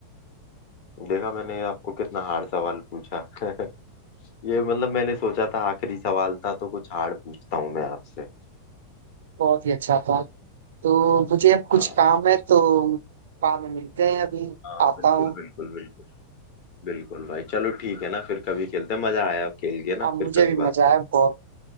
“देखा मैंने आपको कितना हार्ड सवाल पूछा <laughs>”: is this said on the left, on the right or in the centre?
Left